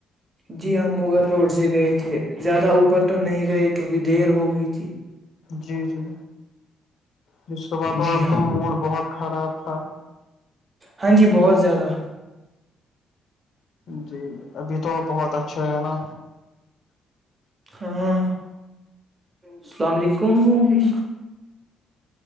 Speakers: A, on the right; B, on the left.
A: جی ہم مغل روڈ سے گئے تھے زیادہ اوپر تو نہیں گئے کیونکہ دیر ہو گئی تھی
B: جی جی جس صبح تو
A: جی
B: آپ
A: ہاں
B: کا موڈ بہت خراب تھا
A: ہاں جی بہت زیادہ
B: جی ابھی تو بہت اچھا ہو نا
A: ہاں اللام علیکم